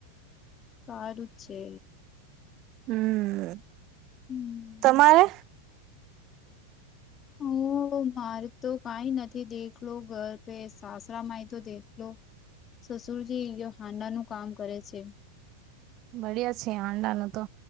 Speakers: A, on the left; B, on the right.
A: સારું જ છે
B: હમ
A: હમ.
B: તમારે
A: હ મારે તો કઈ નથી દેખલો ઘરપે સાસરામાંય તો દેખલો સસુરજી યે હાંડા નું કામ કરે છે.
B: બઢિયા છે આંડાનું તો